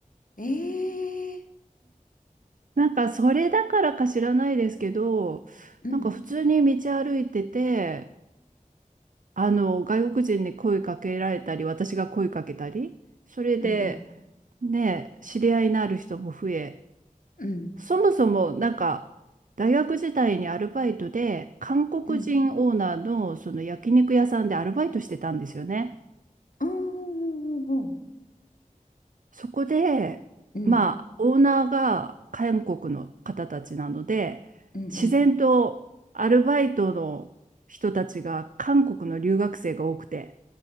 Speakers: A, on the left (about 75°); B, on the right (about 70°).
A: うん、ええー、
B: なんか、それだからか知らないですけど、
A: うん
B: なんか普通に道歩いてて、あの、外国人に声かけられたり、私が声かけたり、それで、
A: うんうん
B: ね、知り合いのある人も増え、
A: うん
B: そもそもなんか大学時代にアルバイトで韓国人オーナーのその焼肉屋さんでアルバイトしてたんですよね。
A: うん、おーおーおーおー、
B: そこでまあオーナーが韓国の方たちなので自然とアルバイトの人たちが韓国の留学生が多くて。
A: うんうんうん、